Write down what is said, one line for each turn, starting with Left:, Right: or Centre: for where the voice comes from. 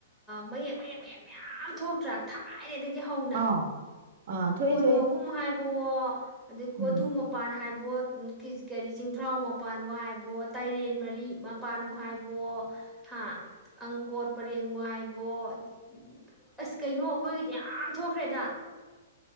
Centre: ꯃ ꯃ ꯃ ꯊꯣꯛꯇ ꯇꯇꯩꯗꯒꯤ ꯍꯧꯅ
Right: ꯑꯥ ꯑꯥ ꯊꯣꯛꯑꯦ
Centre: ꯈꯣꯏꯅ
Right: ꯊꯣꯛꯑꯦ
Centre: ꯑꯍꯨꯝ ꯍꯥꯏꯕ ꯄꯣ ꯑꯗꯩ ꯀꯣꯗꯨ
Right: ꯎꯝ
Centre: ꯃꯄꯥꯟ ꯍꯥꯏꯕ ꯃꯣꯠ ꯀꯔꯤ ꯆꯤꯡꯊ꯭ꯔꯥꯎ ꯑꯃ ꯃꯄꯕꯨ ꯍꯥꯏꯕꯣ ꯇꯥꯏꯔꯦꯟ ꯃꯔꯤ ꯃꯄꯥꯟꯕꯨ ꯍꯥꯏꯕꯣ ꯍꯥ ꯑꯪꯀꯣꯠ ꯄꯔꯦꯡ ꯃꯏꯕꯣꯠ ꯎꯝ ꯑꯁ ꯀꯩꯅꯣ ꯑꯩꯈꯣꯏꯒꯤꯗꯤ ꯌꯥꯝ ꯊꯣꯛꯈ꯭ꯔꯦꯗ